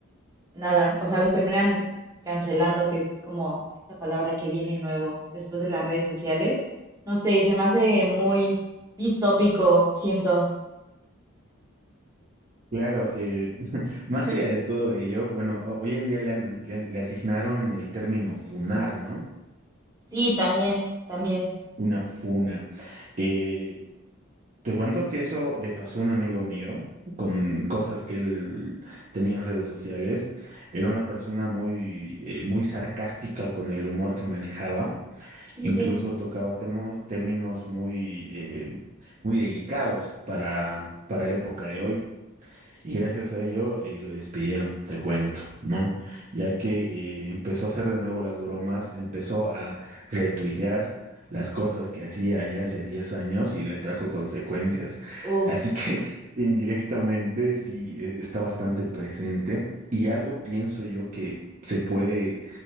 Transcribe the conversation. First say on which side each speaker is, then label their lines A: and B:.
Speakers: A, on the right; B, on the right.
A: nada, o sea, los terminan cancelando, que es como esta palabra que viene nuevo después de las redes sociales. No sé, se me hace muy distópico, siento.
B: Claro, eh, <laughs> más allá de todo ello, bueno, ho- hoy en día le, han- le han- le asignaron el término funar, ¿no?
A: Sí, también, también.
B: Una funa. Eh, te cuento que eso le pasó a un amigo mío con cosas que él tenía en redes sociales. Era una persona muy, eh, muy sarcástica con el humor que manejaba.
A: Sí,
B: Incluso
A: sí.
B: tocaba temo- términos muy, eh, muy delicados para, para la época de hoy. Y gracias a ello eh, lo despidieron, te cuento, ¿no? Ya que eh, empezó a hacer de nuevo las bromas, empezó a retuitear las cosas que hacía ya hace 10 años y le trajo consecuencias.
A: Uf,
B: Así que <laughs> indirectamente sí e- está bastante presente. Y algo pienso yo que se puede